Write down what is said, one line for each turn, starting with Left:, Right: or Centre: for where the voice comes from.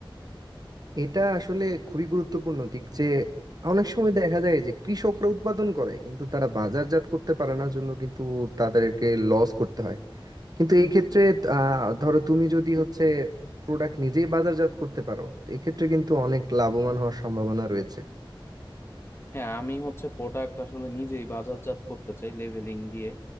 Right: এটা আসলে খুবই গুরুত্বপূর্ণ দিক যে অনেক সময় দেখা যায় যে কৃষকরা উৎপাদন করে কিন্তু তারা বাজারজাত করতে পারে না জন্য কিন্তু তাদেরকে লস করতে হয় কিন্তু এই ক্ষেত্রে আহ, ধরো তুমি যদি হচ্ছে প্রোডাক্ট নিজেই বাজারজাত করতে পারো তো এক্ষেত্রে কিন্তু অনেক লাভবান হওয়ার সম্ভাবনা রয়েছে
Left: হ্যাঁ আমি হচ্ছে প্রোডাক্ট আসলে নিজেই বাজারজাত করতে চাই লেভেলিং দিয়ে